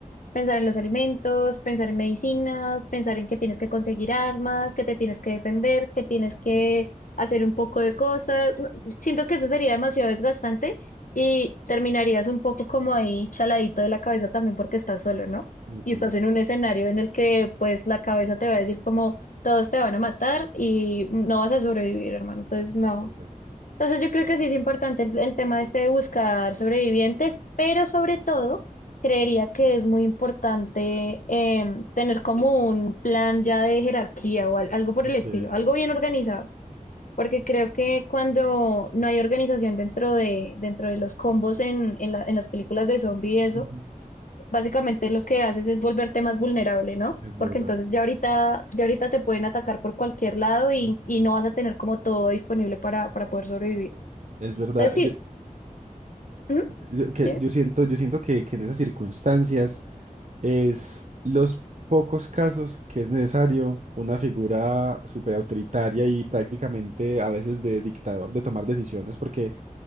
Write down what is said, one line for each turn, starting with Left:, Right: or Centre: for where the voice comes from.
Left: Pensar en los alimentos, pensar en medicinas, pensar en que tienes que conseguir armas, que te tienes que defender, que tienes que
Right: ujú,
Left: hacer un poco de cosas. No, Siento que eso sería demasiado desgastante y terminarías un poco como ahí chaladito de la cabeza también porque estás solo, ¿no?
Right: ujú.
Left: Y estás en un escenario en el que pues la cabeza te va a decir como todos te van a matar y no vas a sobrevivir, hermano. Entonces no.
Right: Es verdad.
Left: Entonces yo creo que sí es importante el, el tema este de buscar sobrevivientes, pero sobre todo creería que es muy importante em, tener como un plan ya de jerarquía o al- algo por
Right: Ok,
Left: el estilo, algo bien organizado, porque creo que cuando no hay organización dentro de, dentro de los combos en, en la- en las películas de zombie y eso,
Right: Ujú.
Left: básicamente lo que haces es volverte más vulnerable, ¿no?
Right: es verdad.
Left: Porque entonces ya ahorita, ya ahorita te pueden atacar por cualquier lado y,
Right: Ujú.
Left: y no vas a tener como todo disponible para, para poder sobrevivir.
Right: Es verdad,
Left: Entonces, sí,
Right: yo,
Left: ¿Mm?
Right: yo- que,
Left: ¿Sí?
Right: yo siento, yo siento que, que en esas circunstancias. es los pocos casos que es necesario una figura súper autoritaria y prácticamente a veces de dictador de tomar decisiones, porque